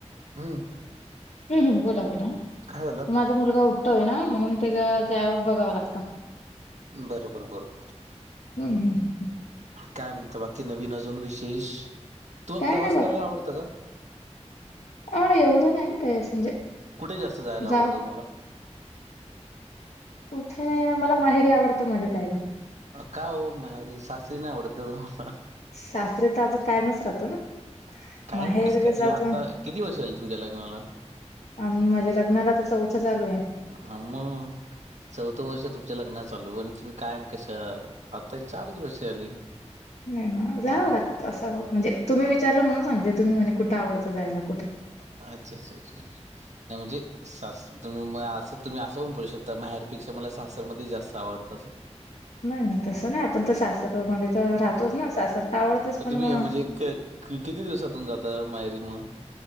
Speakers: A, on the right (about 75°); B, on the left (about 70°).
A: हम्म.
B: हम्म हम्म बोला बोला.
A: काय झालं?
B: माझा मुलगा उठतोय ना, म्हणून ते ज्याव बघाव लागतं.
A: बरोबर बरोबर.
B: हम्म हम्म.
A: काय म्हणता बाकी नवीन अजून विशेष, तुम्हाला
B: काय
A: प्रवास
B: नाही
A: करायला आवडतं का?
B: हा नाही एवढं नाही काही असू म्हणजे
A: कुठे जास्त जायला
B: जा
A: आवडतं तुम्हाला?
B: कुठेऽ मला माहेरी आवडतं माझ्या जायला.
A: का ओ माहेरी, सासरी नाही आवडत का तुम्हाला?
B: सासरी तर आपण कायमच राहतो ना.
A: कायम
B: माहेर
A: कसं काय, तुम्ही
B: आपण
A: आता, किती वर्ष झाले तुमच्या लग्नाला?
B: अम माझ्या लग्नाला तर चौथं चालू आहे.
A: हां मग चौथं वर्ष तुमच्या लग्नात चालू, आणि तुम्ही कायम कशा, आता चारच वर्ष झाली.
B: नाही नाही जाव
A: हम्म.
B: लागतं असं, म्हणजे तुम्ही विचारलं म्हणून सांगते, तुम्ही म्हणे कुठे आवडतं जायला लाग
A: अच्छा अच्छा अच्छा, नाही म्हणजे स तुम्ही असं तुम्ही असं पण बोलू शकता, मला माहेरपेक्षा मला सासर मध्ये जास्त आवडतं असं.
B: नाही नाही तसं नाही, आपण तर सासर मध्ये तर
A: हम्म.
B: राहतोच ना, सासर तर आवडतच पण
A: तुम्ही
B: मग
A: म्हणजे क किती दिवसातून जाता माहेरी मग